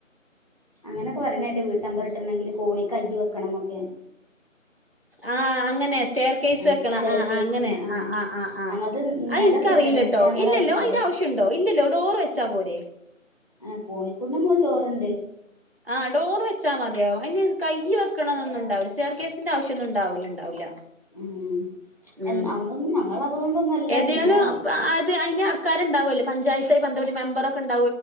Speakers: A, on the left; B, on the right.
A: അങ്ങനെയൊക്കെ പറയണായിട്ട് വീട്ടമ്പർ ഇട്ടിുെങ്കില് കോണി കയ വെക്കണം എന്നൊക്കെ
B: ആ അങ്ങനെ സ്റ്റെയർ കേെയസ്
A: ആഹ്
B: വെക്കണ
A: ചെയർ
B: ആ ആ്
A: കേസ്റ്റിന്
B: അങ്ങനെ
A: ആഹ്
B: ആ
A: ആഹ്
B: ആ് ആ് ആ്
A: ഞങ്ങൾത്
B: അത്
A: നിലൊക്കെ
B: എനിക്കറിയ
A: ഇട്ട്ണ്
B: യിലെട്ടോ
A: പക്ഷെ ഞങ്ങള്
B: ഇല്ലല്ലോ
A: കോണി
B: അതിന്റെ ആവശ്യംുണ്ടോ ഇല്ലോ ഡോറ് വെച്ചാ പോരേ
A: ആ കോണികൂഡിന്റെ മോൾ ഡോറു ണ്ട്
B: ആഹ ഡോർ വെച്ചാൽ മതിയാവുംും അനി കൈ വെക്കണ എന്നന്നുണ്ടാവുംര് ചേർ കേേസിന്റെ ആശ്യ ഒന്നും ഉണ്ടാവില്ലണ്ടാവില്ല
A: ഉം
B: ഉ
A: അന്നൊന്നും ഞങ്ങളതുകൊണ്ടൊന്നും അല്ല
B: ഏതായാലും
A: പിന്നെ
B: അത് അതിന്റെ ആൾക്കാരുണ്ടാവുമല്ലോ പഞ്ചായത്തെ പന്തപടി മെമ്പറൊക്കെണ്ട്